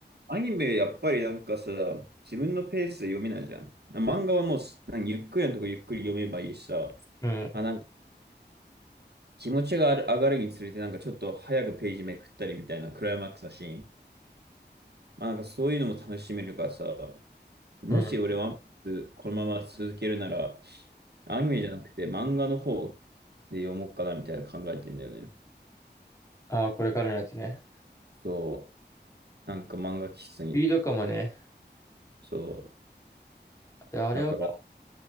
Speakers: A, on the right; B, on the left.
A: アニメ、やっぱりなんかさ、自分のペースで読めないじゃん。漫画はもう、なんかゆっくりのとこゆっくり読めばいいしさ、
B: うん。
A: あ、なんか気持ちがある上がるにつれて、なんかちょっと早くページめくったりみたいなクライマックスだし、まあなんかそういうのも楽しめるからさ、もし俺ワンピースこのまま続けるなら、
B: うん。
A: アニメじゃなくて漫画の方で読もうかなみたいな考えてんだよね。
B: ああ、これからのやつね。
A: そう、なんか漫画喫茶に、
B: スピードかもね。
A: そう、
B: で、あれは、
A: だから、